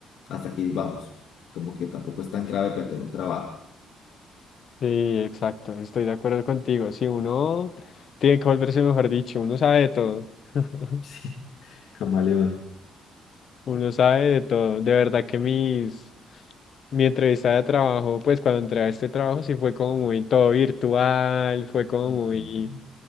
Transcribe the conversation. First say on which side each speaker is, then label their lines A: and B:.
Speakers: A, on the left; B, on the left.
A: hasta aquí vamos. Como que tampoco es tan grave perder un trabajo. <laughs>
B: Sí, exacto. Estoy de acuerdo contigo. Si uno tiene que volverse, mejor dicho, uno sabe de todo. <laughs>
A: Sí, camaleón.
B: Uno sabe de todo. De verdad que mis, mi entrevista de trabajo, pues cuando entré a este trabajo sí fue como muy todo virtual, fue como
A: Ujú,
B: muy,